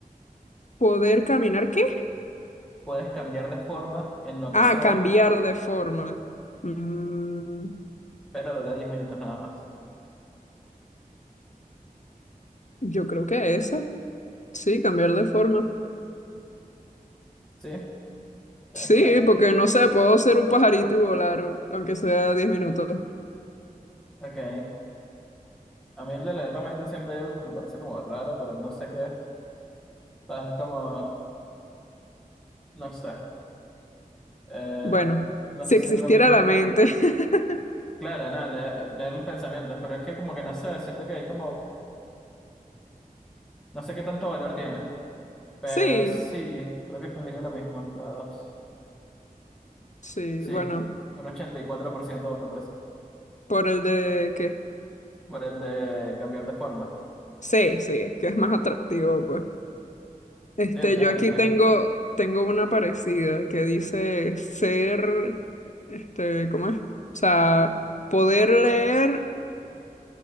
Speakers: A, on the left; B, in the centre.
A: ¿Poder caminar qué?
B: Puedes cambiar de forma en lo que
A: Ah,
B: sea,
A: cambiar de forma. Mm,
B: pero dura 10 minutos nada más.
A: yo creo que esa. Sí, cambiar de forma.
B: ¿Sí? Ok.
A: Sí,
B: ah,
A: porque no sé, puedo ser un pajarito y volar, aunque sea diez minutos.
B: ok. Eh, a mí el de leer la mente siempre hay algo que me parece como raro, pero no sé qué es. ¿Sabes? Como, no sé. Eh,
A: Bueno,
B: no
A: si
B: sé
A: existiera
B: si es lo mismo
A: la
B: que...
A: mente.
B: t-
A: <laughs>
B: Claro, nada, leer, leer los pensamientos, pero es que como que no sé, siento que hay como... No sé qué tanto valor tiene, pero
A: Sí,
B: sí, creo que escogería lo mismo, la dos.
A: sí,
B: Sí,
A: bueno,
B: un 84% votó por
A: por el de que
B: Por el de cambiar de forma.
A: sí, sí, es que es más atractivo, pues. Este,
B: Sí, en,
A: yo
B: en
A: aquí
B: 10
A: tengo,
B: mil.
A: tengo una parecida que dice ser, este, ¿cómo es? O sea, poder leer